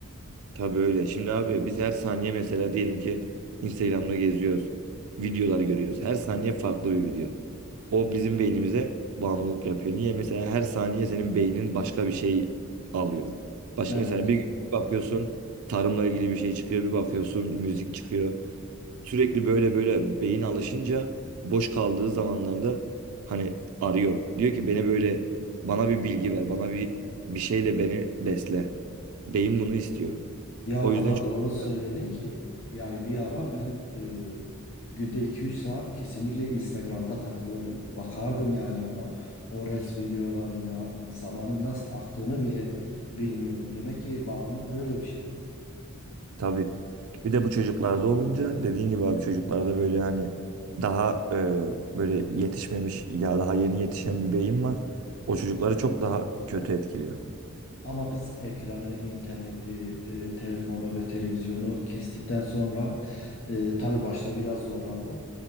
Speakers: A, on the right; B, on the left.
A: Tabii öyle. Şimdi abi biz her saniye mesela diyelim ki Instagram'da geziyoruz. Videolar görüyoruz. Her saniye farklı bir video. O bizim beynimize bağımlılık yapıyor. Niye? Mesela her saniye senin beynin başka bir şey alıyor. Başka,
B: Evet.
A: mesela bir gün bakıyorsun tarımla ilgili bir şey çıkıyor. Bir bakıyorsun müzik çıkıyor. Sürekli böyle böyle beyin alışınca boş kaldığı zamanlarda hani arıyor. Diyor ki beni böyle bana bir bilgi ver, bana bir bir şeyle beni besle. Beyin bunu istiyor.
B: Ya
A: O
B: o kadar
A: yüzden çok-
B: doğru söyledin ki yani bir ara ben e, günde 2-3 saat kesinlikle Instagram'da takılırdım. Bakardım yani ona. O Reels videolarında zamanın nasıl aktığını bile bilmiyordum. Demek ki bağımlılık böyle bir şey.
A: Tabii. Bir de bu çocuklarda olunca dediğin gibi abi çocuklarda böyle hani daha e, böyle yetişmemiş ya daha yeni yetişen bir beyin var. O çocukları çok daha kötü etkiliyor.
B: Ama biz ekranı, interneti, e, telefonu ve televizyonu kestikten sonra e, tabii başta biraz zorlandık.